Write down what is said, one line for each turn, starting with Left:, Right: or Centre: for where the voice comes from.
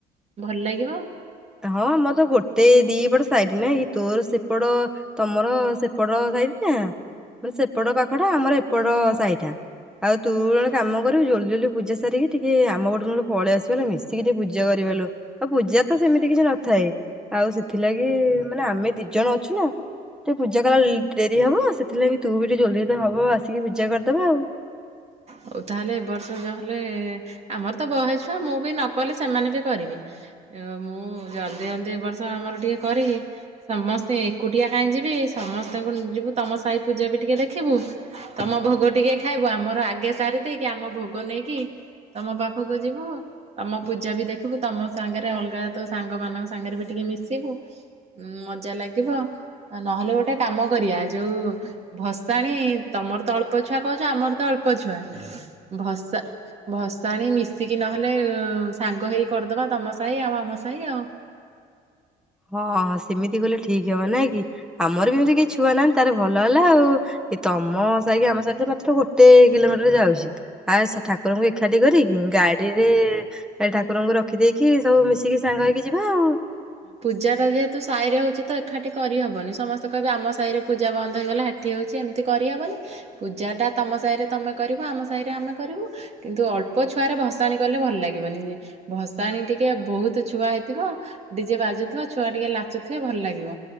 Right: ଭଲ୍ ଲାଗିବ।
Centre: ହଁ ଆମର ଟ ଗୋଟେ ଦିଇ ପଟ ସାଇଟ୍ ନାଇଁ କି ତୋର ସେପଟଅ ତମର ସେପଟ ସାଇଟ ଟା ମାନେ ସେପଟଅ ପାଖଟା ଆମର ଏପଟଅ ସାଇ ଟା ଆଉ ତୁ ନହେଲେ କାମ କରିବୁ ଜଲଦି ଜଲଦି ପୂଜା ସାରିକି ଟିକେ ଆମ ପଟ କୁ ନହେଲେ ପଳେଇ ଆସିବ ମିଶିକି ଟିକେ ପୂଜା କରିଲବାଲୋ ଆଉ ପୂଜା ତ ତ ସେମିତି କିଛି ନଥାଏ ଆଉ ସେଥିଲାଗି ଇ ମାନେ ଆମେ ଦି ଜଣ ଅଛୁ ନା ଟିକେ ପୂଜା କଲାଅ ଡେରି ହବ ସେଥିଲାଗି ତୁ ବି ଟିକେ ଜଲଦି ହବ ଆସିକି ପୂଜା କରିଦେବା ଆଉ।
Right: ହଉ ତାହେଲେ ଏ ବର୍ଷ ଯହେଲେଏ। ଆମର ତ ବହେ ଛୁଆ ମୁଁ ବି ନ କଲେ ସେମାନେ ବି କରିବେ। ମୁଁ ଜଲଦି ଜଲଦି ଏ ବର୍ଷ ଆମର ଟିକେ କରିକି ସମସ୍ତେ ଏକୁଟିଆ କାଇଁ ଯିବି ସମସ୍ତଙ୍କୁ ଯିବୁ ତମ ସାହି ପୂଜା ବି ଟିକେ ଦେଖିବୁ ତମ ଭୋଗ ଟିକେ ଖାଇବୁ ଆମର ଆଗେ ସାରି ଦେଇକି ଆମ ଭୋଗ ନେଇକି ତମ ପାଖକୁ ଯିବୁ। ତମ ପୂଜା ବି ଦେଖ୍ ବୁ ତମ ସାଙ୍ଗରେ ଅଲଗା ତ ସାଙ୍ଗ ମାନଙ୍କ ସାଙ୍ଗରେ ବି ଟିକେ ମିଶିବୁ। ଉଁ ମଜା ଲାଗିବ ନହେଲେ ଗୋଟେ କାମ କରିବା ଯୋଉ ଭସାଣି ତମର ତ ଅଳ୍ପ ଛୁଆ କ ଆମର ତ ଅଳ୍ପ ଅଳ୍ପ-ଛୁଆ ଭସା ଭସାଣି ମିଶିକି ନହେଲେ ସାଙ୍ଗ ହେଇକି କରିଦବା ତମ ସାହି ଆଉ ଆମ ସାହି ଆଉ।
Centre: ହଁଁ ସେମିତି କଲେ ଠିକ ହବ ନାଇଁ କି? ଆମର ବି ଏମିତି କେହି ଛୁଆ ନାହାନ୍ତି ତାରେ ଭଲ ହେଲା ଆଉଉ ଏ ତମ ସାାଇକି ଆମ ସାଇ ତ ମାତ୍ର ଗୋଟେ କିଲୋମିଟରରେ ଯାଉଚି ଆସ୍ ଠାକୁରଙ୍କୁ ଏଖାଠି କରିକି ଗାଡିରେ ଠାକୁରଙ୍କୁ ରଖିଦେଇକି ସବୁ ମିଶିକି ସାଙ୍ଗ ହେଇକି ଯିବା ଆଉ।
Right: ପୂଜାଟା ଯେହେତୁ ସାଇରେ ହଉଚି ତ ଏଖାଠି କରିହେବନି ସମସ୍ତେ କହିବେ ଆମ ସାହି ରେ ପୂଜା ବନ୍ଦ ହେଇଗଲା ହେଠି ହଉଛି ଏମିତି କରିଆ ବୋଲି ପୂଜାଟା ତମ ସାଇ ରେ ତମେ କରିବ ଆମ ସାଇରେ ଆମେ କରିବୁ ।କିନ୍ତୁ ଅଳ୍ପ ଛୁଆରେ ଭସାଣି କଲେ ଭଲ ଲାଗିବନିଇ ଭସାଣି ଟିକେ ବହୁତୁ ଛୁଆ ହେଇଥିଅ ଡିଜେ ବାଜୁଥିବ ଛୁଆ ଟିକେ ଲାଚୁଥିବେ ଭଲ ଲାଗିବ।